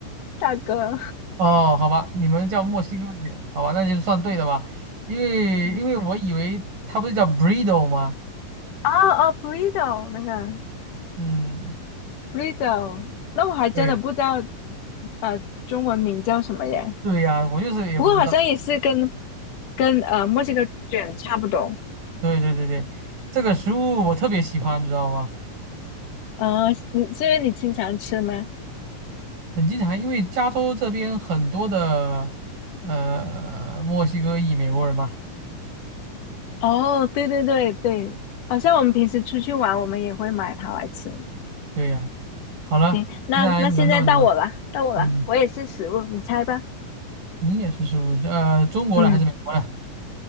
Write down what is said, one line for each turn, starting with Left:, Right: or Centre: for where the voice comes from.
Left: 大哥。
Right: 哦，好吧，你们叫墨西哥卷，好吧，那就算对的吧。因为因为我以为它不是叫
Left: <laughs>
Right: b u r r d t o 吗？
Left: 哦哦，burrito 那个。
Right: 嗯，
Left: Riddle，那我还真的不知道，
Right: 对
Left: 呃，中文名叫什么耶？
Right: 对呀，我就是也不知道。
Left: 不过好像也是跟跟呃墨西哥卷差不多。
Right: 对对对对，这个食物我特别喜欢，你知道吗？
Left: 呃，你是因为你经常吃吗？
Right: 很经常，因为加州这边很多的呃墨西哥裔美国人嘛。
Left: 哦，对对对对，好像我们平时出去玩，我们也会买它来吃。
Right: 对呀、好了，
Left: 行，那那现在到我了，
Right: 接下来轮到你，
Left: 到我了，
Right: 嗯，
Left: 我也是食物，你猜吧。
Right: 你也是食物，呃，中国的还是美国的？
Left: 嗯，